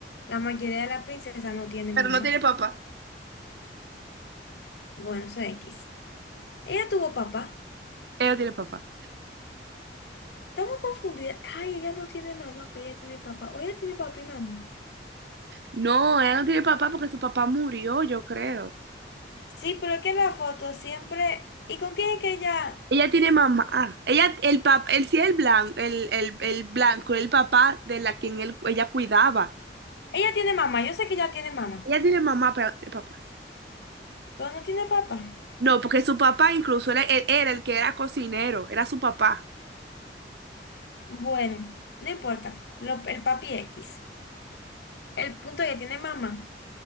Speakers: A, on the left (about 65°); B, on the right (about 60°).
A: la mayoría de las princesas no tienen
B: Pero
A: mamá.
B: no tiene papá.
A: Bueno, eso es X. Ella tuvo papá.
B: Ella no tiene papá.
A: Estamos confundidas. Ay, ella no tiene mamá, pero ella tiene papá. O ella tiene papá y mamá.
B: No, ella no tiene papá porque su papá murió, yo creo.
A: Sí, pero es que la foto siempre... ¿Y con quién es que ella?
B: Ella tiene mamá. Ah, Ella, el pap, él sí el blanco, el, el, el blanco, el papá de la quien él, ella cuidaba.
A: Ella tiene mamá, yo sé que ella tiene mamá,
B: Ella tiene mamá, pero no tiene papá.
A: pero no tiene papá.
B: No, porque su papá incluso era, él era el que era cocinero, era su papá.
A: Bueno, no importa. Lo- el papi X. El punto es que tiene mamá.